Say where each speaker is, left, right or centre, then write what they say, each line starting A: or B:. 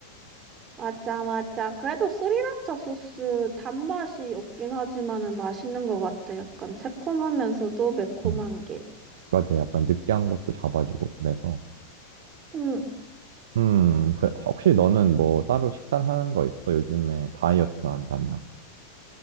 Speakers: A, on the right; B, on the right.
A: 맞아, 맞아. 그래도 스리라차 소스 단맛이 없긴 하지만은 맛있는 것 같아. 약간 새콤하면서도 매콤한
B: 응.
A: 게.
B: 맞아. 약간 느끼한 것도 잡아주고 그래서.
A: 응.
B: 음, 그- 혹시 너는 뭐 따로 식단 하는 거 있어? 요즘에 다이어트 한다며.